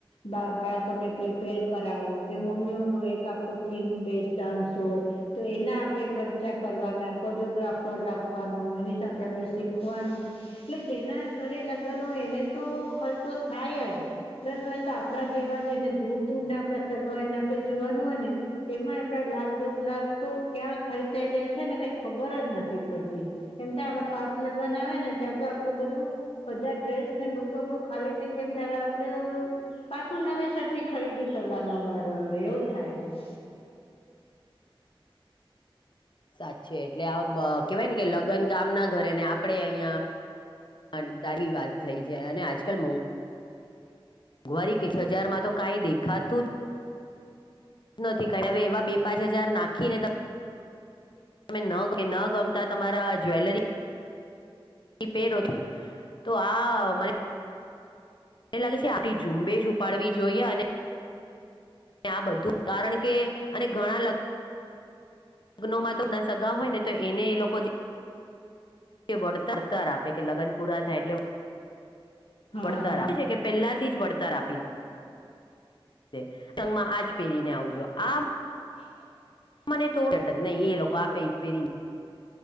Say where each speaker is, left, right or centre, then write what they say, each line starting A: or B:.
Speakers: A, on the left; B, on the left.
A: બા બાળકોને પ્રિપેર કરાવો કે મમ્મીઓ ન એક આખો થીમ બેઝ ડાન્સ હોય તો એના આપડે ખર્ચ કરવાના કોરિયોગ્રાફર રાખવાનું એની સાથે આપડે શીખવાનું એટલે જેના ઘરે લગ્ન હોય એને તો ખર્ચો થાય જ પ્લસ આપણા જેવા જેને દૂર દૂરના સગા હોય અને ન આપણે જવાનું હોય ને એમાં આપણા લાખ દોઢ લાખ તો ક્યાં ખર્ચાઈ જાય છે ને કઈ ખબર જ નથી પડતી એમ થાય આ પાત લગ્ન આવે ને ત્યાં તો આપણું બધું બધા ડ્રેસ ને બધું આપણું ખાલી થઈ જાય એમ થાય હવે આપડે પાછું નવેસર થી ખરીદી કરવાનો વારો આવે એવું થાય છે
B: સાચે એટલે આ કેવાય ને કે લગ્ન ગામ ના ઘરેને આપણે અહીં <inaudible> વાત થઈ જાય અને આજકાલ મોંઘવારી કે છ હજાર માં તો કાંઈ દેખાતું જ નથી કાઈ હવે એવા બે પાંચ હજાર નાખી ને તમે ન ન ગમતા તમારા જ્વેલરી પેરોથી તો આ મને મને લાગે છે આપી ઝુંબેશ ઉપાડવી જોઈએ અને આ બધું કારણ કે અને ઘણા લગ લગ્નોનો તો સગા હોય ને તો એને એ લોકો કે વળતરતર આપે કે લગ્ન પૂરા થાય એટલે
A: હા
B: વડતર આપે પહેલાથી જ વળતર આપી દેં પ્રસંગમાં આજ પહેરીને આવજો આ
A: <unintelligible>
B: મને થોડ <unintelligible> નહી એ લોકો આપે પેરી